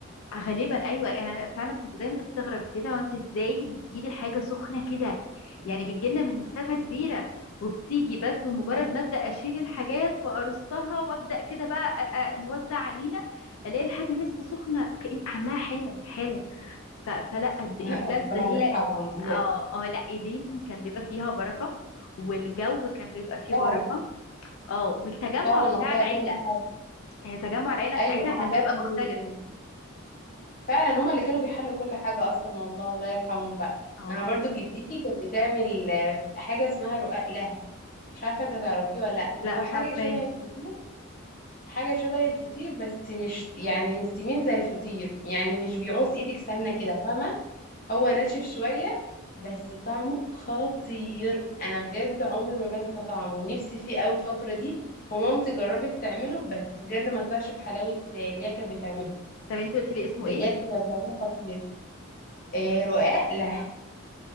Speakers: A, on the left; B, on the left.
A: غالبا ايوه انا فعلا كنت دايما استغرب تيتا وانت ازاي بتجيبي الحاجه سخنه كده يعني بتجيلنا من مسافه كبيره وبتيجي بس بمجرد
B: <laughs>
A: ما ابدا اشيل الحاجات وارصها وابدا كده بقى أ- أ- نوزع علينا الاقي الحاجه لسه سخنه كأن عاملاها حالا حالا ف... فلا قد ايه بجد
B: ربنا
A: هي
B: يرحمهم بجد.
A: اه اه لا ايديهم كان بيبقى فيها بركه والجو كان بيبقى فيه
B: فعلا
A: بركه اه والتجمع
B: فعلا
A: بتاع
B: والله
A: العيله
B: كل حاجه
A: يعني تجمع العيله
B: ايوه
A: ساعتها
B: انا
A: كان
B: برضو
A: بيبقى مختلف
B: فعلا هما اللي كانوا بيحلوا كل حاجة أصلا والله الله يرحمهم بقى
A: اه
B: أنا
A: بالظبط
B: برضو جدتي كانت بتعمل آه، حاجة اسمها رقاق لها مش عارفة انت تعرفيه ولا لأ
A: لا
B: هو
A: مش
B: حاجة
A: عارفه
B: شبه
A: إيه.
B: الفطير حاجة شبه الفطير بس مش يعني مش سمين زي الفطير يعني مش بيعوز ايدك سمنة كده فاهمة هو ناشف شوية بس طعمه خطير أنا بجد عمري ما بنسى طعمه ونفسي فيه أوي الفترة دي ومامتي جربت تعمله بس بجد ما طلعش بحلاوة آه، اللي هي كانت بتعمله
A: طب انت قلتي لي اسمه
B: بجد
A: ايه
B: كانت بتعمله خطير إيه
A: اسمه
B: رقاق لا